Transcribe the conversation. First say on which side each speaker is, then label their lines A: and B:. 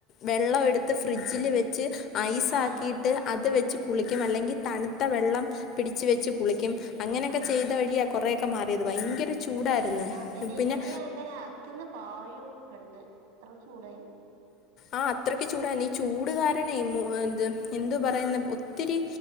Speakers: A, on the left; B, on the right.
A: വെള്ളം എടുത്ത് ഫ്രിഡ്ജില് വെച്ച് ഐസാക്കിയിട്ട്
B: ആഹ്
A: അത് വെ കുളിക്കും അല്ലെങ്കിൽ തണുത്ത വെള്ളം പിടിച്ച് വെച്ച് കുളിക്കും അങ്ങനെയൊക്കെ
B: ആഹ്
A: ചെയ്ത വഴിയ കുറെ ക്കെ മാറിയത് ഭയങ്കര ചൂടായിരുന്നു
B: ആ അതന്നെ ഇവിടെ
A: പിന്നെ
B: അങ്ങൻത്തന്നെ അകത്ത്ന്ന് പായും കെടന്ന് എത്ര ചൂടായി ന്
A: ആ അത്രക്ക് ചൂടാ ഈ ചൂടുകാരാണേ മ് ദ് എന്തു പറയുന്ന് ഒത്തിരി